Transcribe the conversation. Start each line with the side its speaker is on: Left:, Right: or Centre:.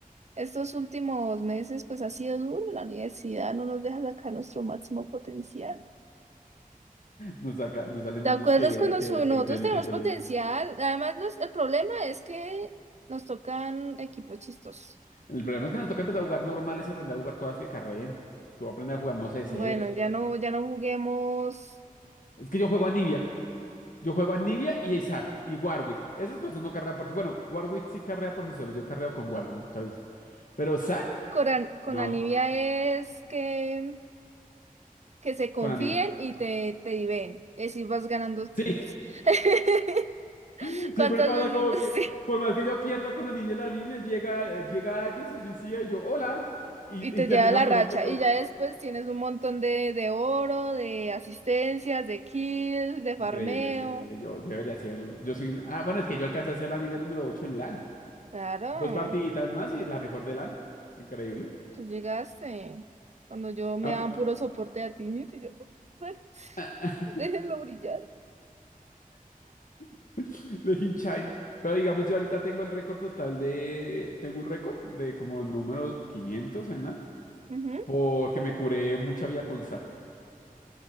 Right: estos últimos meses pues ha sido duro. La universidad no nos deja sacar nuestro máximo potencial.
Left: Nos saca, nos salen
Right: ¿Te
Left: niños
Right: acuerdas
Left: que,
Right: cuando
Left: que,
Right: su- nosotros
Left: que no tienen
Right: tenemos
Left: tiempo
Right: potencial?
Left: libre.
Right: Además, nos- el problema es que nos tocan equipos chistosos.
Left: El problema es que nos toca empezar a jugar normales y aprender a jugar cosas que carreen. Tú aprendes a jugar, no sé, set.
Right: Bueno, ya no, ya no juguemos.
Left: Es que yo juego a Nibia. Yo juego a Nibia y a Isaac y Warwick. Esas cosas no carrean por sí. Bueno, Warwick sí carrea por sí solo. Yo carreo con Warwick, ¿está visto? Pero Zack,
Right: Con, An- con
Left: no,
Right: Anivia es que, que se confíen
Left: con Anivia.
Right: y te, te diven. Es decir, vas ganando kills.
Left: Sí,
Right: <laughs>
Left: <laughs> siempre
Right: ¿Cuántas
Left: pasa
Right: veces?
Left: como que,
Right: Sí.
Left: por más que yo pierda con Anivia la línea, llega, llega alguien, se suicida y yo, hola, y,
Right: Y te
Left: y termino
Right: lleva la
Left: mejor
Right: racha.
Left: que todo.
Right: Y ya después tienes un montón de, de oro, de asistencias, de kills, de farmeo.
Left: Increíble, es que yo, yo debería ser, yo soy, un- ah, bueno, es que yo alcancé a ser la Anivia número 8 en LAN.
Right: Claro.
Left: Dos partiditas más y la mejor de LAN. Increíble.
Right: Tú llegaste. Cuando yo me
Left: Aunque,
Right: daba puro soporte a ti, y yo, bueno, <laughs>
Left: <laughs>
Right: déjenlo brillar.
Left: <laughs> de Inchine. Pero digamos, yo ahorita tengo el récord total de... Tengo un récord de como número 500 en LAN.
Right: Ujú,
Left: Porque me curé mucha vía con sac.